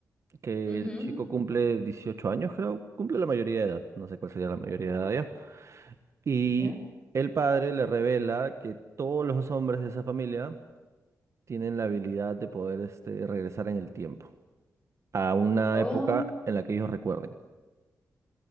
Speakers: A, on the right; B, on the left.
A: que
B: Ujú.
A: el chico cumple 18 años, creo, cumple la mayoría de edad, no sé cuál sería la mayoría de edad ya. Y
B: ¿Ya?
A: el padre le revela que todos los hombres de esa familia tienen la habilidad de poder este, regresar en el tiempo, a una
B: Oh,
A: época en la que ellos recuerden.